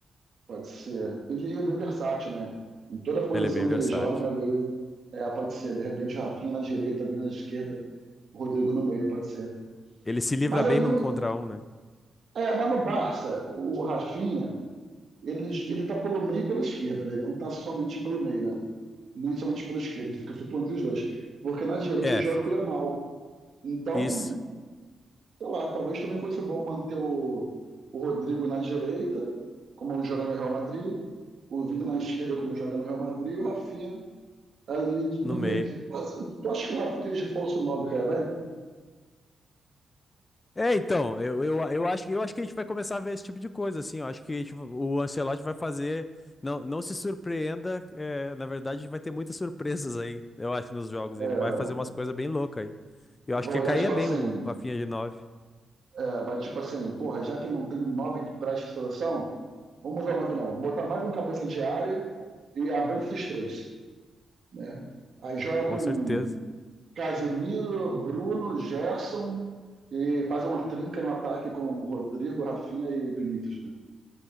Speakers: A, on the right (about 60°); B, on the left (about 35°).
A: Pode ser. Ele é bem versátil, né? Em toda posição
B: Ele é bem
A: que
B: versátil.
A: ele joga ali, é, pode ser. De repente, o Rafinha na direita, vindo na esquerda, o Rodrigo no meio, pode ser.
B: Ele se livra
A: Mas,
B: bem
A: eu não-
B: num contra um, né?
A: é, mas no Barça, o Rafinha Ele, ele tá pelo meio e pela esquerda, né? Ele não tá somente pelo meio, né? Nem somente pela esquerda, ele fica flutuando entre os dois. Porque na direita
B: É,
A: joga
B: fica.
A: o Yamal. Então,
B: Isso,
A: sei lá, talvez também fosse bom manter o, o Rodrigo na direita, como joga no Real Madrid, o Vini na esquerda, como joga no Real Madrid, e o Rafinha ali
B: no
A: no meio.
B: meio.
A: Mas tu acha que o Rafinha de falso 9 cai bem?
B: É, então, eu, eu, eu acho, que- eu acho que a gente vai começar a ver esse tipo de coisa, assim. Eu acho que a gente- o Ancelotti vai fazer. Não, não se surpreenda. é, na verdade, vai ter muitas surpresas aí, eu acho, nos jogos.
A: É,
B: Ele vai fazer umas coisas bem loucas aí. Eu
A: vai
B: acho que
A: olhar
B: caía
A: e falar
B: bem
A: assim,
B: o Rafinha de nove,
A: É, vai tipo assim, porra, já que não tem um 9 que preste seleção, vamos usar o 9 não. Botar mais um cabeça de área e avança esses três. Né? Aí joga
B: com
A: com
B: certeza.
A: Casemiro, Bruno, Gerson e faz uma trinca no ataque com Rodrigo, Rafinha e Vinícius. Né?